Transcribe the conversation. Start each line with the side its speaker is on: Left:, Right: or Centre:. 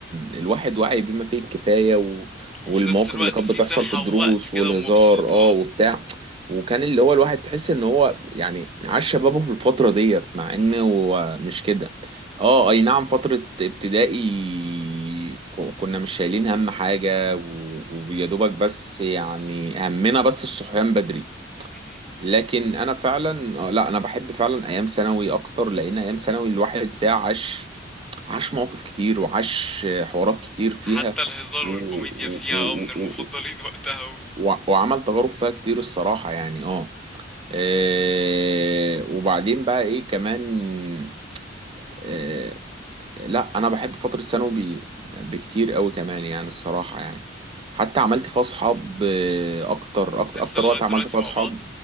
Right: الواحد واعي بما فيه الكفاية و...
Centre: وفي
Right: والمواقف
Centre: نفس الوقت
Right: اللي كانت
Centre: في
Right: بتحصل
Centre: صحة
Right: في الدروس
Centre: ووقت كده
Right: والهزار
Centre: ومبسوط
Right: اه
Centre: اه
Right: وبتاع وكان اللي هو الواحد تحس إن هو يعني عاش شبابه في الفترة ديت مع إنه
Centre: مم.
Right: هو مش كده اه أي نعم فترة ابتدائي ك- كنا مش شايلين هم حاجة و... ويا دوبك بس يعني همنا بس الصحيان بدري
Centre: <laughs> مهم.
Right: لكن انا فعلا آه، لا انا بحب فعلا ايام ثانوي اكتر لان ايام ثانوي الواحد فيها عاش عاش مواقف كتير وعاش حوارات كتير فيها
Centre: حتى الهزار
Right: و...
Centre: والكوميديا
Right: و...
Centre: فيها
Right: و...
Centre: اه من المفضلين
Right: و...
Centre: وقتها و...
Right: و... وعمل تجارب فيها كتير الصراحة يعني اه
Centre: مم.
Right: آه، وبعدين بقى ايه كمان آه، لا انا بحب فترة ثانوي ب- بكتير قوي كمان يعني الصراحة يعني حتى عملت فيها اصحاب آه، اكتر اكتر
Centre: لسه
Right: اكتر
Centre: لغاية
Right: وقت عملت
Centre: دلوقتي
Right: فيها
Centre: مع
Right: اصحاب
Centre: بعض